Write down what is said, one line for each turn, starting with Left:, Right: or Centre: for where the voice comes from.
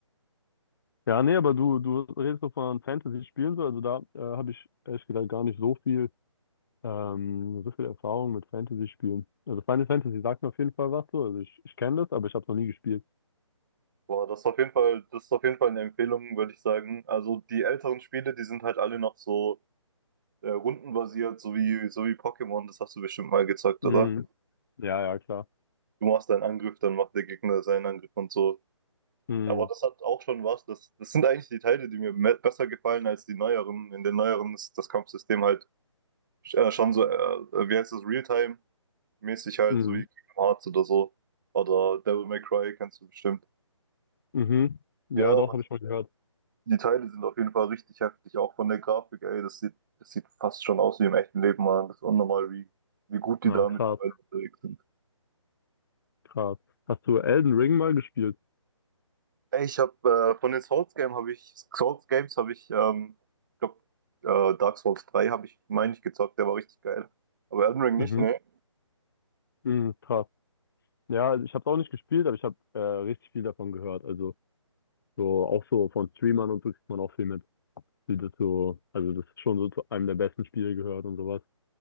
Left: Ja, nee, aber du, du redest so von Fantasy-Spielen so, also da äh, habe ich ehrlich gesagt gar nicht so viel Ähm, so viel Erfahrung mit Fantasy-Spielen. Also Final Fantasy sagt mir auf jeden Fall was so. Also ich, ich kenne das, aber ich habe es noch nie gespielt.
Right: Boah, das ist auf jeden Fall, das ist auf jeden Fall eine Empfehlung, würde ich sagen. Also die älteren Spiele, die sind halt alle noch so äh, rundenbasiert, so wie, so wie Pokémon. Das hast du bestimmt mal gezockt,
Left: Mhm.
Right: oder?
Left: Ja, ja, klar.
Right: Du machst deinen Angriff, dann macht der Gegner seinen Angriff und so.
Left: Mhm.
Right: Aber das hat auch schon was. Das, das sind eigentlich die Teile, die mir me- besser gefallen als die neueren. In den neueren ist das Kampfsystem halt äh, schon so, äh, wie heißt das, Realtime-mäßig halt,
Left: Mhm.
Right: so wie Kingdom Hearts oder so. Oder Devil May Cry kennst du bestimmt.
Left: Mhm. Ja,
Right: Ja, aber
Left: doch, habe ich mal gehört.
Right: Die Teile sind auf jeden Fall richtig heftig, auch von der Grafik, ey. Das sieht, das sieht fast schon aus wie im echten Leben, Mann. Das ist unnormal, wie, wie gut die
Left: Na,
Right: da
Left: krass,
Right: mittlerweile unterwegs sind.
Left: krass. Hast du Elden Ring mal gespielt?
Right: Ey, ich habe äh, von den Souls Games habe ich Souls Games habe ich, ähm, ich glaube, äh, Dark Souls drei habe ich, meine ich, gezockt, der war richtig geil. Aber Elden Ring nicht,
Left: Mhm.
Right: ne?
Left: Mhm, krass. Ja, also ich habe es auch nicht gespielt, aber ich habe äh, richtig viel davon gehört. Also so auch so von Streamern und so kriegt man auch viel mit, wie das so, also das ist schon so zu einem der besten Spiele gehört und sowas.